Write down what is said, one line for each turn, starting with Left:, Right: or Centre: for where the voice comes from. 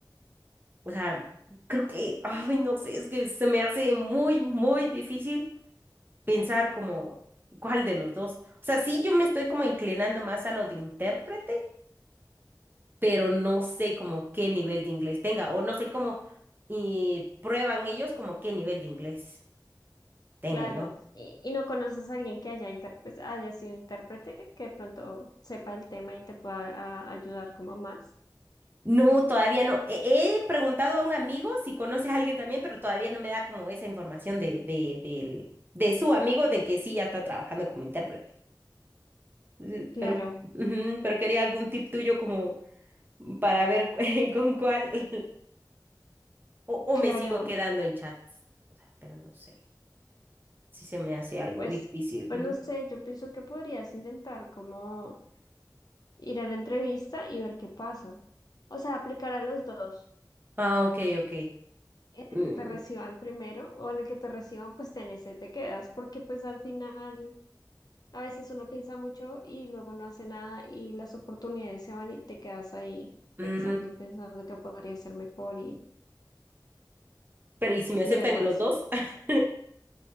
Right: O sea, creo que, ay, no sé, es que se me hace muy, muy difícil pensar como cuál de los dos. O sea, sí, yo me estoy como inclinando más a lo de intérprete pero no sé como qué nivel de inglés tenga o no sé cómo eh, prueban ellos como qué nivel de inglés tenga
Left: Claro,
Right: yo.
Left: y, y no conoces a alguien que haya, inter- pues, haya sido intérprete, que de pronto sepa el tema y te pueda a- ayudar como más.
Right: No, todavía no. He, he preguntado a un amigo si conoce a alguien también, pero todavía no me da como esa información de, de, del- de su amigo del que sí ya está trabajando como intérprete. Eh,
Left: Claro,
Right: Pero, ujú, pero quería algún tip tuyo como para ver cu- <laughs> con cuál <laughs> o, o
Left: claro,
Right: me sigo quedando en chats. O sea, pero no sé si se me hace algo
Left: pues,
Right: difícil.
Left: pues
Right: ujú.
Left: no sé, yo pienso que podrías intentar como ir a la entrevista y ver qué pasa. O sea, aplicar a los dos,
Right: Ah, ok, ok.
Left: en el
Right: Mm,
Left: que te reciban primero o en el que te reciban, pues en ese te quedas, porque pues al final A veces uno piensa mucho y luego no hace nada y las oportunidades se van y te quedas ahí
Right: Mm,
Left: pensando, pensando que podría ser mejor y,
Right: Pero ¿y si me
Left: y
Right: aceptan
Left: demás.
Right: en los dos? <laughs>